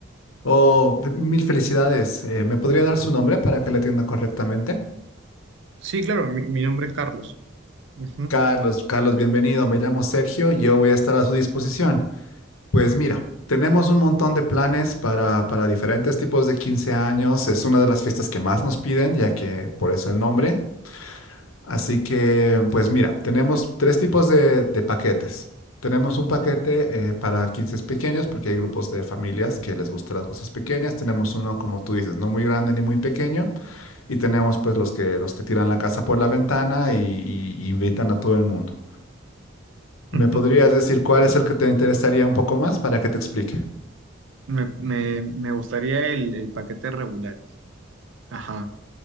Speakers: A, on the left; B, on the right.
A: Oh, f- mil felicidades, eh, ¿me podría dar su nombre para que le atienda correctamente?
B: Sí, claro, mi, mi nombre es Carlos. Ujú.
A: Carlos, Carlos, bienvenido, me llamo Sergio y yo voy a estar a su disposición. Pues mira, tenemos un montón de planes para, para diferentes tipos de 15 años, es una de las fiestas que más nos piden, ya que por eso el nombre. Así que, pues mira, tenemos tres tipos de, de paquetes. Tenemos un paquete eh, para 15 pequeños, porque hay grupos de familias que les gustan las cosas pequeñas. Tenemos uno, como tú dices, no muy grande ni muy pequeño. Y tenemos pues los que, los que tiran la casa por la ventana y, y invitan a todo el mundo. ¿Me
B: <laughs>
A: podrías decir cuál es el que te interesaría un poco más para que te explique?
B: Me, me- me gustaría el, el paquete regular. Ajá,